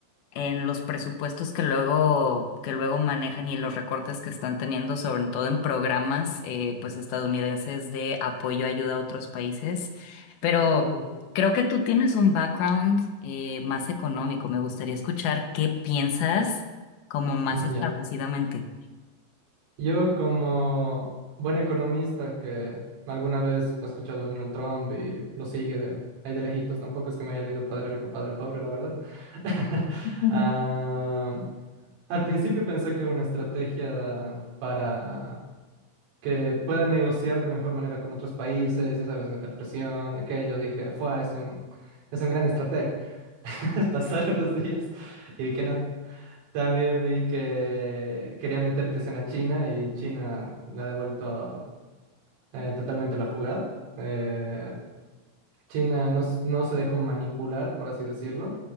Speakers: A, on the left; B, on the right.
A: en los presupuestos que luego, que luego manejan y en los recortes que están teniendo, sobre todo en programas eh, pues estadounidenses de apoyo, ayuda a otros países. Pero
B: uh,
A: creo que tú tienes un background eh, más económico. Me gustaría escuchar qué piensas como más
B: ya.
A: establecidamente.
B: Yo como buen economista que alguna vez ha escuchado a Donald Trump y lo sigue de ahí de lejitos, tampoco es que me haya leído Padre Rico, Padre Pobre, la verdad. <laughs>
A: Ujú.
B: Ah, al principio pensé que era una estrategia para que pueda negociar de mejor manera con otros países, ya sabes, meter presión y aquello. Dije, fue, es un, es un gran estratega. <laughs> Pasaron los días y vi que no. También vi que quería meter presión a China y China la ha devuelto eh, totalmente la jugada. Eh, China no, s- no se dejó manipular, por así decirlo.